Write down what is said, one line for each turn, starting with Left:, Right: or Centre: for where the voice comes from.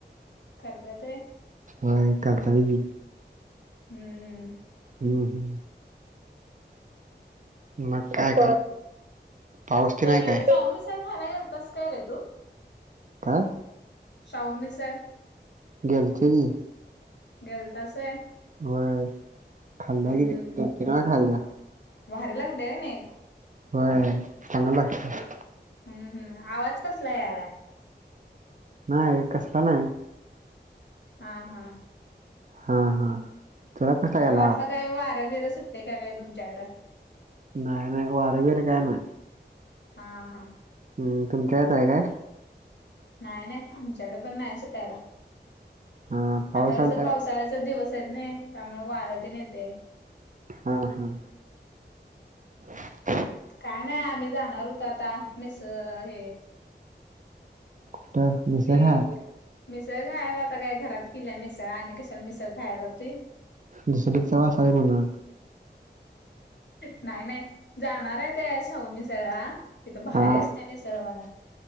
Left: करत्यात होय.
Right: होय करत्यात की.
Left: हम्म हम्म.
Right: हम्म, मग काय. पाऊस तेन
Left: ते
Right: हाय काय?
Left: शाहूमिसळ खायला घालतास काय रे तू?
Right: काय.
Left: शाहू मिसळ.
Right: गेल तो की.
Left: गेलताच होय.
Right: होय. खाल्ला की,
Left: हम्म
Right: दोन-तीन वेळा खाल्या.
Left: भारी लागल्या का नाही
Right: होय, चांगलं लागत.
Left: हम्म, हम् आवाज कसला यायलाय.
Right: नाही, कसला नाही.
Left: हा हा.
Right: हा हा. तुला कसला
Left: मला
Right: गेला?
Left: वाटलं काय वार-बीर सुटलय काय तुमच्याकडं.
Right: नाय-नाय वारबीर काय नाय.
Left: हा-हा
Right: हम, तुमच्या इथ आहे काय?
Left: नाही-नाही आमच्याकडे पण नाही सुटायला,
Right: हा पाऊस
Left: आता कस
Right: आलता
Left: पावसाळ्याचा
Right: काय?
Left: दिवस. नाही. त्यामुळे वारतीन येते.
Right: हा हा. <inaudible>
Left: काय नाही. आम्ही जाणार होत. आता मीस हे
Right: कुठं मिसळ
Left: ते,
Right: खायाला?
Left: मिसळ खायला आता काय घरात केला मिसळ आणि कशाला मिसळ खायला जातोय.
Right: दुसरी चव असाय म्हणा.
Left: नाही-नाही जाणार आहे ते शाहू मिसळ ला. तिथं भारी
Right: हा.
Left: असत्या मिसळ वाला,